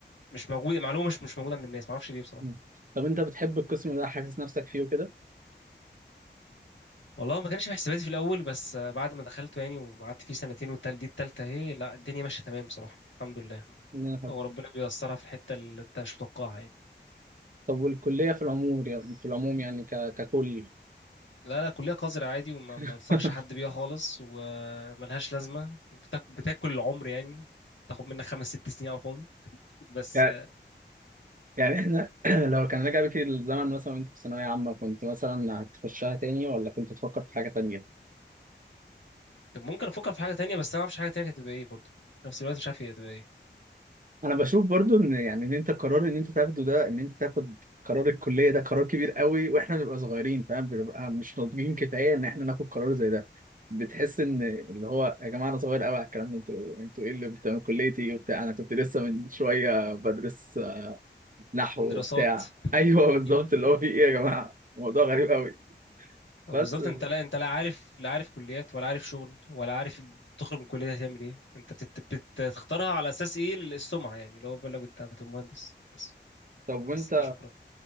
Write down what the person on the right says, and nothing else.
مم. طب انت بتحب القسم ده حاسس نفسك فيه وكده؟
إن أنا حابب.
طب والكليه في العموم يعني في العموم يعني ك... ككل
<laughs>
يعني يعني احنا <clears throat> لو كان رجع بك الزمن مثلا وانت في ثانويه عامه كنت مثلا هتخشها تاني ولا كنت تفكر في حاجه تانيه؟
انا بشوف برضو ان يعني ان انت قرار ان انت تاخده ده ان انت تاخد قرار الكليه ده قرار كبير قوي واحنا بنبقى صغيرين فاهم بنبقى مش ناضجين كفايه ان احنا ناخد قرار زي ده بتحس ان اللي هو يا جماعه انا صغير قوي على الكلام ده انتوا انتوا ايه اللي بتعملوا كليتي وبتاع انا كنت لسه من شويه بدرس نحو
وبتاع <laughs> ايوه بالظبط
اللي هو في ايه يا جماعه موضوع غريب قوي
بس
طب وانت